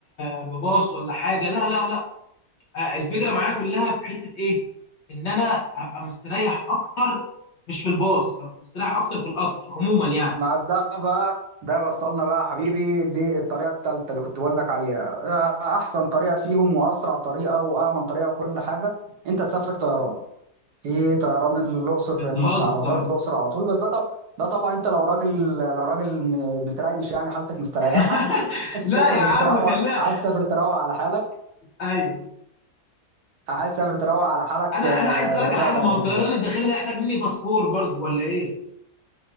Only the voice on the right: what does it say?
مع ده بقى ده يوصلنا بقى يا حبيبي للطريقة التالتة اللي كنت بقول لك عليها آه، أحسن طريقة فيهم وأسرع طريقة وأأمن طريقة وكل حاجة أنت تسافر طيران في طيران الأقصر
على مطار الأقصر على طول بس ده طب ده طبعا أنت لو راجل لو راجل م- متريش يعني حالتك مستريحة
عايز
تسافر
تروق
عايز تسافر تروق على حالك
عايز تسافر تروق على حالك
آه،
الموضوع
يبقى
لذيذ